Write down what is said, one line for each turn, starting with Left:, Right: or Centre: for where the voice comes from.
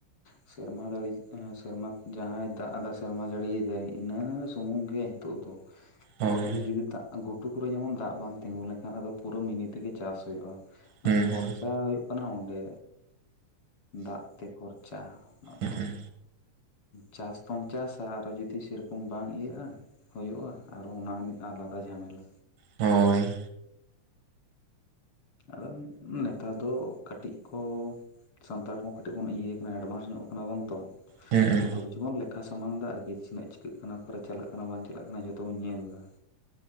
Left: ᱥᱮᱨᱢᱟ ᱫᱟᱲᱤ ᱥᱮᱨᱢᱟ ᱡᱟᱦᱟᱸᱭ ᱫᱟᱜ ᱮᱫᱟᱭ ᱥᱮᱨᱢᱟ ᱡᱟᱹᱲᱤᱭ ᱫᱟᱭ ᱤᱱᱟᱹ ᱥᱩᱢᱩᱝ ᱜᱮ ᱷᱤᱛᱚᱜ ᱫᱚ <unintelligible> ᱛᱚ
Right: ᱦᱳᱭ
Left: ᱱᱤᱛᱚᱜ ᱫᱚ ᱡᱩᱫᱤ ᱫᱟᱜ ᱜᱷᱩᱴᱩ ᱠᱚᱨᱮ ᱡᱮᱢᱚᱱ ᱫᱟᱜ ᱵᱟᱝ ᱛᱤᱸᱜᱩ ᱞᱮᱱᱠᱷᱟᱱ ᱯᱩᱨᱟᱹ ᱢᱤᱱᱤ ᱛᱮᱜᱮ ᱪᱟᱥ ᱦᱩᱭᱩᱜ-ᱟ᱾
Right: ᱦᱩᱸ
Left: ᱠᱷᱚᱨᱪᱟ
Right: ᱦᱩᱸ
Left: ᱦᱩᱭᱩᱜ ᱠᱟᱱᱟ ᱚᱸᱰᱮ ᱫᱟᱜ ᱛᱮ ᱠᱷᱚᱨᱪᱟ ᱚᱱᱟᱫᱚ
Right: ᱦᱩᱸ
Left: ᱪᱟᱥ ᱛᱚᱢ ᱪᱟᱥᱟ ᱟᱨᱚᱷᱚ ᱡᱩᱫᱤ ᱥᱮᱨᱚᱠᱚᱢ ᱵᱟᱝ ᱤᱭᱟᱹᱜ-ᱟ᱾ ᱦᱩᱭᱩᱜ-ᱟ ᱟᱨ ᱚᱱᱟ ᱢᱤᱫ ᱟᱞᱟᱫᱟ ᱡᱷᱟᱢᱮᱞᱟ᱾
Right: ᱦᱳᱭ,
Left: ᱟᱫᱚ ᱱᱮᱛᱟᱨ ᱫᱚ ᱠᱟᱹᱴᱤᱡ ᱠᱚ ᱥᱟᱱᱛᱟᱲ ᱦᱚ ᱠᱟᱹᱴᱤᱡ ᱵᱚᱱ ᱤᱭᱟᱹ ᱠᱟᱱᱟ ᱮᱰᱚᱵᱷᱟᱱᱥ ᱧᱚᱜ ᱠᱟᱱᱟ ᱵᱚᱱ ᱛᱚ
Right: ᱦᱩᱸ
Left: ᱡᱚᱛᱚ ᱠᱤᱪᱩ ᱵᱚᱱ ᱠᱷᱟ ᱥᱟᱢᱟᱝ ᱫᱟ ᱟᱨᱠᱤ ᱪᱤᱱᱟᱹᱜ ᱪᱤᱠᱟᱹᱜ ᱠᱟᱱᱟ ᱚᱠᱟᱨᱮ ᱪᱟᱞᱟᱜ ᱠᱟᱱᱟ ᱵᱟᱝ ᱪᱟᱞᱟᱜ ᱠᱟᱱᱟ ᱡᱷᱚᱛᱚ ᱵᱚᱱ ᱧᱮᱞ ᱫᱟ ᱾